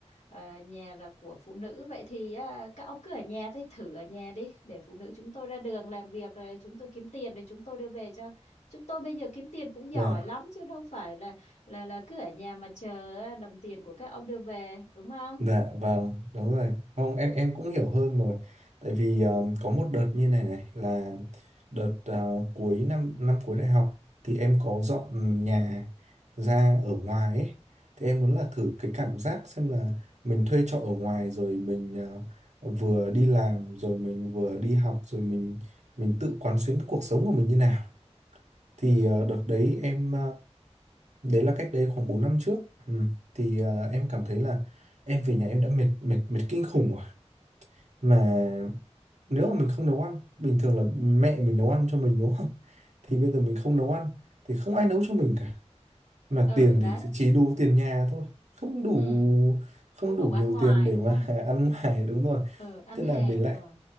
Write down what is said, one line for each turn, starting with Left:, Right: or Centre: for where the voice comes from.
Left: ờ, nhà là của phụ nữ vậy thì à, các ông cứ ở nhà thì thử ở nhà đi để phụ nữ chúng tôi ra đường làm việc rồi chúng tôi kiếm tiền rồi chúng tôi đưa về cho chúng tôi bây giờ kiếm tiền cũng giỏi
Right: dạ
Left: lắm chứ đâu phải là là là cứ ở nhà mà chờ à, đồng tiền của các ông đưa về đúng không
Right: Dạ vâng, đúng rồi. Không, em em cũng hiểu hơn rồi. Tại vì um, có một đợt như này này là đợt uh, cuối năm năm cuối đại học thì em có dọn nhà ra ở ngoài ấy. Thì em muốn là thử cái cảm giác xem là mình thuê trọ ở ngoài rồi mình uh, vừa đi làm rồi mình vừa đi học rồi mình mình tự quán xuyến cái cuộc sống của mình như nào. Thì
Left: ừ
Right: uh, đợt đấy em đấy là cách đây khoảng 4 năm trước ừ. thì à, em cảm thấy là em về nhà em đã mệt mệt mệt kinh khủng rồi mà nếu mà mình không nấu ăn bình thường là mẹ mình nấu ăn cho mình đúng không <laughs> thì bây giờ mình không nấu ăn thì không ai nấu cho mình cả mà
Left: ừ
Right: tiền
Left: đấy
Right: thì chỉ đủ tiền nhà thôi không đủ
Left: ừ
Right: không
Left: cũng
Right: đủ
Left: đủ
Right: nhiều
Left: ăn ngoài
Right: tiền để
Left: đúng
Right: mà
Left: không
Right: <laughs> ăn ngoài đúng rồi
Left: ừ ăn
Right: thế
Left: hàng
Right: là mình lại
Left: ừ,